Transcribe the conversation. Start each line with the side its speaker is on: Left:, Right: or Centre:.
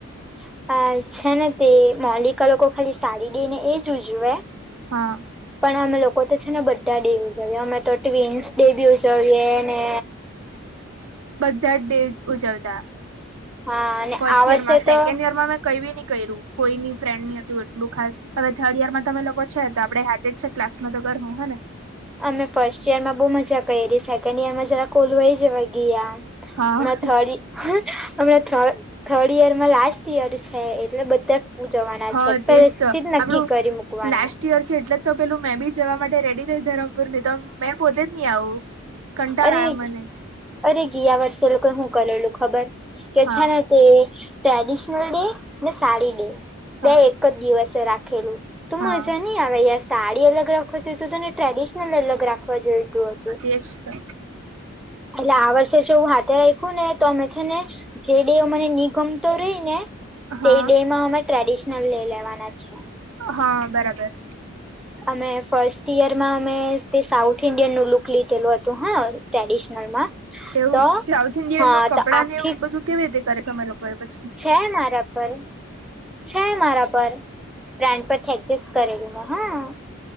Centre: હ <inaudible> આ છે ને તે મોલિકા લોકો ખાલી સાડી ડે ને એજ ઉજવે.
Right: હાં.
Centre: પણ અમે લોકો તો છે ને બધા ડે ઉજવીએ અમે તો ટ્વિન્સ ડે બી ઉજવીએ ને
Right: થર્ડ ડે ઉજવતા
Centre: હા અને
Right: ફર્સ્ટ
Centre: આ વર્ષે
Right: યર માં સેકન્ડ
Centre: તો
Right: યર માં મેં કંઈ બી ની કયરુ કોઈ ની ફ્રેન્ડ ની હતું એટલું ખાસ હવે થર્ડ યર માં તમે લોકો છે તો આપડે હાથ <unintelligible> છે તો ક્લાસ માં તો કરહુ હેં ને.
Centre: અમે ફર્સ્ટ યર માં બોવ મજા કયરી સેકન્ડ યર માં જરાક ઓલવાઈ જેવા ગીયા.
Right: હા
Centre: મેં થડી અમણે થડ થર્ડ યર માં લાસ્ટ યર છે એટલે બધા ઉજવાના
Right: હા
Centre: છે પેલે
Right: તેજ
Centre: સ્થી
Right: તો
Centre: જ નક્કી
Right: આપડું
Centre: કરી મૂકવાના.
Right: <unintelligible> છે એટલે જ તો પેલું મે બી જવા માટે રેડી રેઈ ધરમપુર ની તો મેં પોતે જ ની આવું. કંટાળ
Centre: અરે
Right: આવે મને જ
Centre: અરે ગીયા વર્ષે એ લોકોએ હું કરેલું ખબર કે
Right: હા
Centre: છે ને તે ટ્રેડિશનલ ડે ને સાડી ડે
Right: હા
Centre: બે એક જ દિવસે રાખેલું. તો
Right: હા
Centre: મજા ની આવે યાર સાડી અલગ રાખવા જોઈતું તું ને ટ્રેડિશનલ અલગ રાખવા જોઈતું અતું.
Right: એજ તો.
Centre: એટલે આ વર્ષે જો હું હાથે રાયખું ને તો અમે છે ને જે ડે મને ની ગમતો રેય ને
Right: તો
Centre: તે
Right: હા
Centre: ડે માં અમે ટ્રેડિશનલ લેય લેવાના છીએ.
Right: હાં બરાબર.
Centre: અમે ફર્સ્ટ યરમાં અમે તે સાઉથ ઈન્ડિયનનું લુક લીધેલું હતું હાં ટ્રેડિશનલમાં
Right: એવું
Centre: તો
Right: સાઉથ ઈન્ડિયનનું
Centre: હા
Right: કપડાં
Centre: તો આખી
Right: ને એવું બધું કેવી રીતે કરે તમે લોકો એ પછી
Centre: છે મારા પર છે મારા પર ફ્રેન્ડ પરથી એડજસ્ટ કરેલુ મેં હા.